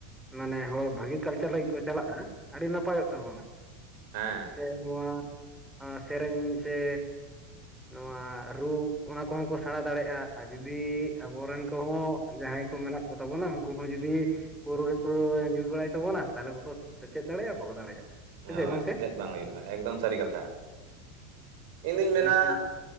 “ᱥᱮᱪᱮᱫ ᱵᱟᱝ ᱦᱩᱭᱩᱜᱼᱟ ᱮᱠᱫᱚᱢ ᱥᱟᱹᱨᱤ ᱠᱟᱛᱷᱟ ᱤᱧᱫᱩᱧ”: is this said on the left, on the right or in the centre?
Right